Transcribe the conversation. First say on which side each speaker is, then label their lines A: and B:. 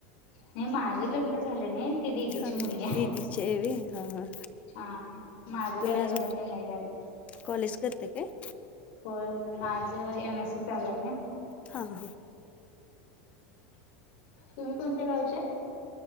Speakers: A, on the left; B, on the left.
A: नाही माझं लग्न झालं नाही. ती दिदीची
B: हा
A: मुलगी आहे.
B: दीदीचे हाय होय हा हा
A: हा माझ काही
B: तुम्ही
A: लग्न
B: अजून
A: ते नाही झालं.
B: कॉलेज करते काय?
A: होय होय माझं एम. एस. सी. चालू आहे ना
B: हा हा
A: तुम्ही कोणत्या गावच्या?